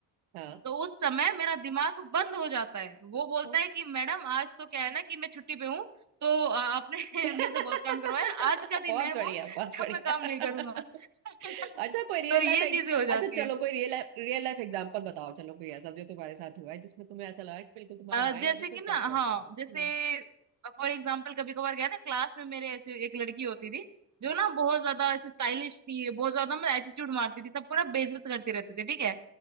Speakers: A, on the right; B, on the right.
A: हाँ
B: तो उस समय मेरा दिमाग बंद हो जाता है वो बोलता
A: हाँ
B: है कि मैडम आज तो क्या है ना कि मैं छुट्टी पे हूँ तो अ, आपने <laughs>
A: <laughs>
B: मेरे से बहुत काम करवाया आज का दिन
A: बहुत
B: है
A: बढ़िया
B: वो
A: बहुत
B: जब
A: बढ़िया
B: मैं काम नहीं करूंगा
A: <laughs>
B: <laughs>
A: अच्छा कोई रियल
B: तो ये
A: लाइफ
B: चीजें हो जाती
A: अच्छा चलो
B: है
A: कोई रियल रियल लाइफ एग्जांपल बताओ चलो कोई ऐसा जो तुम्हारे साथ हुआ है जिसमें तुम्हें ऐसा लगा कि बिल्कुल तुम्हारा
B: अ,
A: माइंड
B: जैसे
A: बिल्कुल
B: कि
A: प्लफ्ट
B: ना
A: हो
B: हाँ
A: गया है
B: जैसे
A: हम्म,
B: फॉर एग्जाम्पल कभी कभार क्या है ना क्लास में मेरे ऐसे एक लड़की होती थी जो
A: हम्म,
B: ना बहुत ज्यादा ऐसे स्टाइलिश थी बहुत ज्यादा मैं एटीट्यूड मारती थी सबको ना बेइज्जत करती रहती थी ठीक है